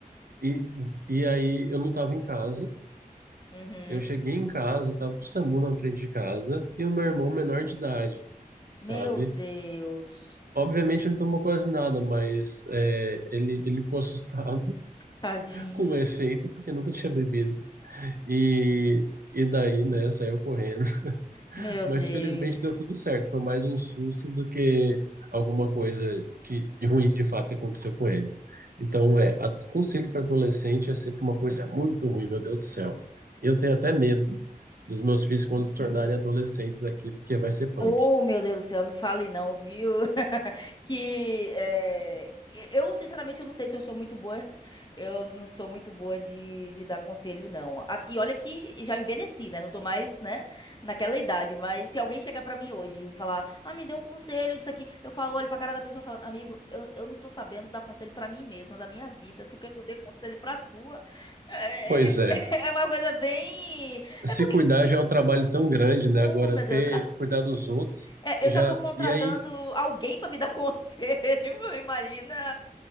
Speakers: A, on the right; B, on the left.
A: E, e aí eu não estava em casa.
B: Uhum.
A: Eu cheguei em casa, tava o SAMU na frente de casa e o meu irmão menor de idade,
B: Meu
A: sabe?
B: Deus.
A: Obviamente ele não tomou quase nada, mas é, ele, ele ficou assustado
B: Tadinho.
A: <laughs> com o efeito porque nunca tinha bebido. E, e daí, né, saiu correndo.
B: Meu
A: Mas
B: Deus.
A: felizmente deu tudo certo. Foi mais um susto do que alguma coisa que de ruim de fato que aconteceu com ele. Então, é, a- conselho para adolescente é sempre uma coisa muito ruim, meu Deus do céu. Eu tenho até medo dos meus filhos quando se tornarem adolescentes aqui, porque vai ser punk.
B: Oh, meu Deus do céu, não fale não, viu? <laughs> Que é, eu, sinceramente, eu não sei se eu sou muito boa. <laughs> Eu não sou muito boa de, de dar conselho, não. A- E olha que já envelheci, né? Não tô mais, né, naquela idade. Mas se alguém chegar pra mim hoje e falar, ah, me dê um conselho disso aqui, eu falo, olho pra cara da pessoa e falo, amigo, eu, eu não tô sabendo dar conselho pra mim mesma, da minha vida. Tu quer que eu dê conselho pra tua? É,
A: Pois
B: é
A: é.
B: é <laughs> é uma coisa bem.
A: Se
B: É porque.
A: cuidar já é um trabalho tão grande, né?
B: Oh,
A: Agora
B: meu
A: ter
B: Deus.
A: cuidar dos outros
B: É,
A: já.
B: eu já estou contratando
A: E aí,
B: alguém para me dar <laughs> conselho. Imagina